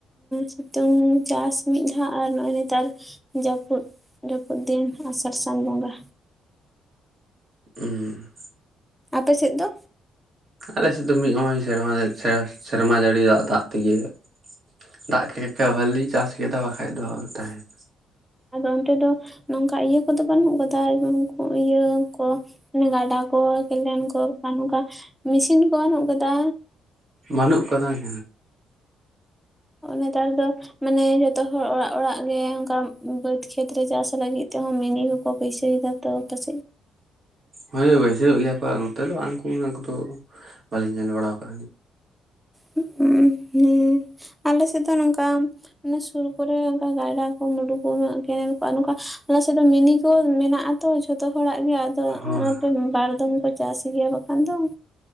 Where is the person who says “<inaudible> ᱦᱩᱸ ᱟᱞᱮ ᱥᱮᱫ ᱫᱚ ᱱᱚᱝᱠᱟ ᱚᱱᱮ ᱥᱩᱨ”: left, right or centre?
Centre